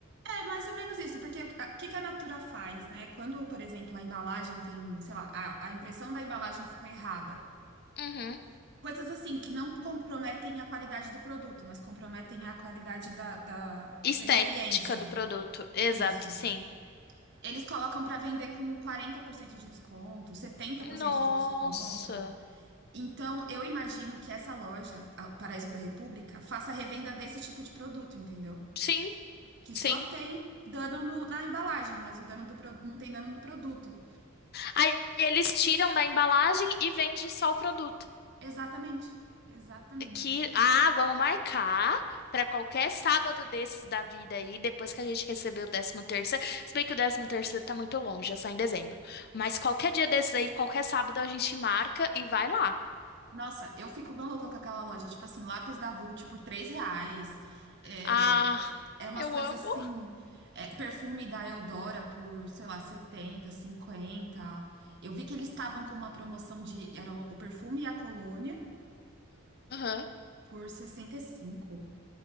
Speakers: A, on the right; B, on the left.
A: é, mais ou menos isso, porque o que a o que que a Natura faz, né? Quando, por exemplo, a embalagem tem, sei lá, a, a impressão da embalagem ficou errada.
B: Uhum.
A: Coisas assim que não comprometem a qualidade do produto, mas comprometem a qualidade da, da,
B: Estética
A: da experiência.
B: do produto, exato,
A: Isso.
B: sim.
A: Eles colocam para vender com 40% de desconto, setenta por cento
B: Nossa.
A: de desconto. Então, eu imagino que essa loja, a Paraíso da República, faça revenda desse tipo de produto, entendeu?
B: Sim,
A: Que só
B: sim.
A: tem dano no- na embalagem, mas o dano do, pro- não tem dano no produto.
B: Aí eles tiram da embalagem e vende só o produto.
A: Exatamente. Exatamente.
B: que, ah, vamos marcar para qualquer sábado desses da vida aí, depois que a gente receber o décimo terceiro. Se bem que o décimo terceiro tá muito longe, é só em dezembro. Mas qualquer dia desses aí, qualquer sábado a gente marca e vai lá.
A: Nossa, eu fico maluca com aquela loja. Tipo assim, lápis da Vult por 3 reais. É,
B: Ah,
A: é umas
B: eu
A: coisas
B: amo.
A: assim. é, perfume da Eudora por, sei lá, 70, 50. Eu vi que eles estavam com uma promoção de. Era o perfume e a colônia
B: Aham.
A: por 65.